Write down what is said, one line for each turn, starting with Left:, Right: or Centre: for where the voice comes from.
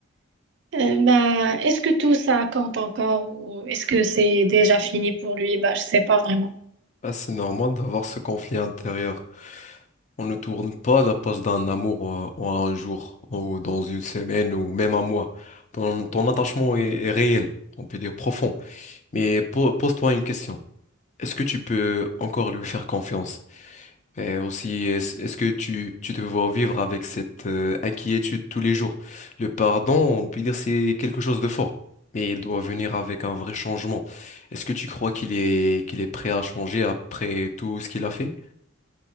Right: Euh, bah, est-ce que tout ça compte encore ou est-ce que c'est déjà fini pour lui? Bah, je sais pas vraiment.
Left: Ah, c'est normal d'avoir ce conflit intérieur. On ne tourne pas la page d'un amour euh, en un jour, ou dans une semaine, ou même un mois. Ton, ton attachement est, est réel, on peut dire profond. Mais po- pose-toi une question. Est-ce que tu peux encore lui faire confiance? Et aussi, est-ce est-ce que tu, tu te vois vivre avec cette euh, inquiétude tous les jours? Le pardon, on peut dire c'est quelque chose de fort, mais il doit venir avec un vrai changement. Est-ce que tu crois qu'il est, qu'il est prêt à changer après tout ce qu'il a fait?